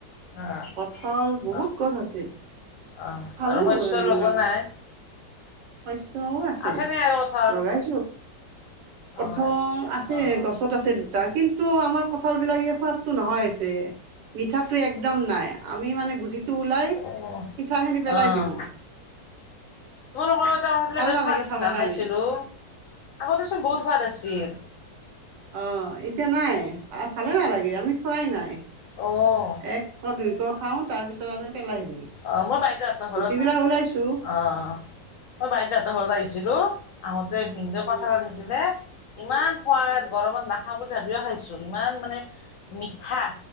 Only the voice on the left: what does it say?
অঁ
অঁ
অঁ
আৰু শস্য
লগোৱা নাই?
আছেনে আৰু কঁঠাল
অঁ
অঁ
অ',
অ',
তোমালোকৰ এটা সেইফালে
বিৰাট
সোৱাদ আছিল
না
খাইছিলো। আগতেচোন বহুত সোৱাদ আছিল।
অহ।
অ মই বাইদেউ হঁতৰ ঘৰত
অ মই বাইদেউ হঁতৰ ঘৰত আহিছিলো। আহোঁতে ভিনদেউ
কঁঠাল আনিছিলে ইমান সোৱাদ
গৰমত নাখ নাখাওঁ বুলি ভাবিও খাইছো ইমান মানে মিঠা!